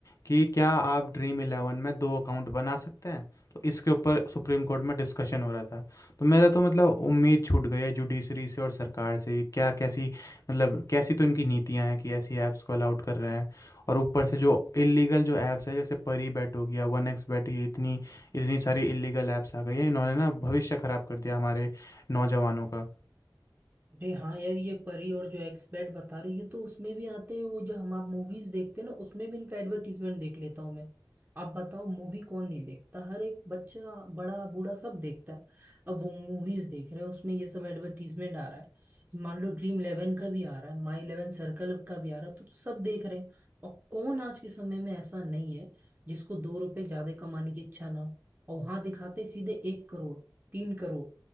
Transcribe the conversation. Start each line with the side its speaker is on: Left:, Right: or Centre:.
Left: कि क्या आप ड्रीम इलेवन में 2 अकाउंट बना सकते हैं? तो इसके ऊपर सुप्रीम कोर्ट में डिस्कशन हो रहा था। तो मेरा तो मतलब उम्मीद छूट गई है जुडिशरी से और सरकार से, क्या कैसी मतलब कैसी तो इनकी नीतियाँ हैं कि ऐसी ऐप्स को अलाउड कर रहे हैं और ऊपर से जो इलीगल जो ऐप्स है जैसे परी बैट हो गया, वन एक्स बैट ये इतनी इतनी सारी इलीगल ऐप्स आ गई हैं इन्होंने ना भविष्य खराब कर दिया हमारे नौजवानों का
Right: अरे हाँ यार ये परी और जो एक्सपेट बता रहे हो, ये तो उसमें भी आते हैं वो जो हम आप मूवीज देखते हैं ना उसमें भी इनका एडवर्टीजमेंट देख लेता हूँ मैं आप बताओ मूवी कौन नहीं देखता हर एक बच्चा बड़ा बूढ़ा सब देखता है अब वो मूवीज देख रहे हैं उसमें ये सब एडवर्टीजमेंट आ रहा है मान लो ड्रीम इलेवन का भी आ रहा है माई इलेवन सर्कल का भी आ रहा है तो, तो सब देख रहे हैं और कौन आज के समय में ऐसा नहीं है जिसको दो रुपए ज्यादा कमाने की इच्छा ना हो और वहां दिखाते सीधे एक करोड़ तीन करोड़